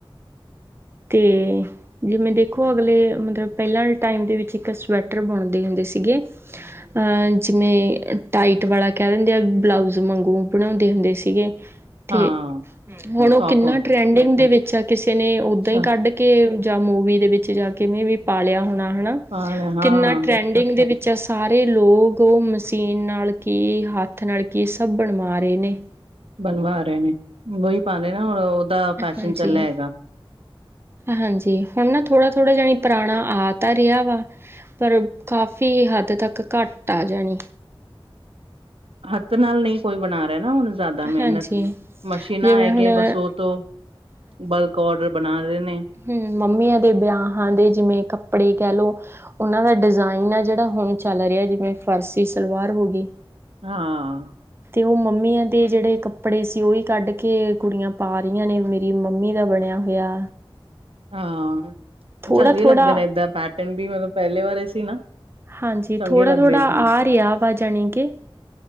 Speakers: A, on the right (about 25°); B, on the right (about 80°).
A: ਤੇ ਜਿਵੇ ਦੇਖੋ ਅਗਲੇ ਮਤਲਬ ਪਹਿਲਾਂ ਟਾਈਮ ਦੇ ਵਿੱਚ ਇੱਕ ਸਵੈਟਰ ਬੁਣਦੇ ਹੁੰਦੇ ਸੀਗੇ। ਅਹ ਜਿਵੇਂ ਟਾਈਟ ਵਾਲਾ ਕਹਿ ਦਿੰਦੇ ਆ ਬਲਾਊਜ਼ ਮਾਂਗੂ ਬਣਾਉਂਦੇ ਹੁੰਦੇ ਸੀਗੇ। ਤੇ
B: ਹਾਂ
A: ਹੁਣ ਉਹ
B: ਟੋਪ
A: ਕਿੰਨਾ ਟਰੈਂਡਿੰਗ ਦੇ ਵਿੱਚ ਆ ਕਿਸੇ ਨੇ ਓਦਾਂ
B: ਅੱਛਾ
A: ਹੀ ਕੱਢ ਕੇ ਜਾਂ ਮੂਵੀ ਦੇ ਵਿੱਚ ਜਾ ਕੇਵੇ ਵੀ ਪਾਲਿਆ ਹੋਣਾ ਹਨਾ
B: ਪਾ ਰਹੇ ਹਾਂ
A: ਕਿੰਨਾ ਟਰੈਂਡ ਡਿੰਗ ਦੇ ਵਿੱਚ ਆ ਸਾਰੇ ਲੋਕ ਉਹ ਮਸ਼ੀਨ ਨਾਲ ਕੀ ਹੱਥ ਨਾਲ ਕੀ ਸਭ ਬਣਵਾ ਰਹੇ ਨੇ।
B: ਬਣਵਾ ਰਹੇ ਨੇ ਉਹੀ ਪਾਣੇ ਨਾ ਹੁਣ ਉਹਦਾ ਫੈਸ਼ਨ
A: ਹਾਂਜੀ
B: ਚੱਲਿਆ ਹੈਗਾ।
A: ਹਾਂਜੀ ਹੁਣ ਨਾ ਥੋੜ੍ਹਾ- ਥੋੜ੍ਹਾ ਜਾਣੀ ਪੁਰਾਣਾ ਆ ਤਾਂ ਰਿਹਾ ਵਾ। ਪਰ ਕਾਫੀ ਹੱਦ ਤੱਕ ਘੱਟ ਆ ਜਾਣੀ
B: ਹੱਥ ਨਾਲ ਨਹੀਂ ਕੋਈ ਬਣਾ ਰਿਹਾ ਨਾ ਹੁਣ ਜ਼ਿਆਦਾ ਮਿਹਨਤ
A: ਹਾਂਜੀ
B: ਮਸ਼ੀਨਾਂ
A: ਜਿਵੇਂ
B: ਆਏ
A: ਹੁਣ
B: ਗ ਬਸ ਉਹ ਤੋਂ ਬਲਕ ਔਡਰ ਬਣਾ ਰਹੇ ਨੇ।
A: ਹੂੰ ਮੰਮੀਆਂ ਦੇ ਬਿਆਹਾਂ ਦੇ ਜਿਵੇਂ ਕੱਪੜੇ ਕਹਿ ਲਓ। ਉਹਨਾਂ ਦਾ ਡਿਜ਼ਾਇਨ ਆ ਜਿਹੜਾ ਹੁਣ ਚੱਲ ਰਿਹਾ ਜਿਵੇਂ ਫਰਸੀ ਸਲਵਾਰ ਹੋ ਗਈ।
B: ਹਾਂ
A: ਤੇ ਉਹ ਮੰਮੀਆਂ ਤੇ ਜਿਹੜੇ ਕੱਪੜੇ ਸੀ ਉਹੀ ਕੱਢ ਕੇ ਕੁੜੀਆਂ ਪਾ ਰਹੀਆਂ ਨੇ ਮੇਰੀ ਮੰਮੀ ਦਾ ਬਣਿਆ ਹੋਇਆ।
B: ਹਾਂ
A: ਥੋੜਾ
B: ਚੰਗੇ
A: ਥੋੜਾ
B: ਲੱਗਦੇ ਨੇ ਏਦਾਂ ਪੈਟਰਨ ਵੀ ਮਤਲਬ ਪਹਿਲੇ ਵਾਰੇ ਸੀ ਨਾ।
A: ਹਾਂਜੀ
B: ਚੰਗੇ
A: ਥੋੜਾ-
B: ਲੱਗਦੇ
A: ਥੋੜ੍ਹਾ
B: ਸੀ
A: ਆ ਰਿਹਾ ਵਾ ਜਾਣੀ ਕਿ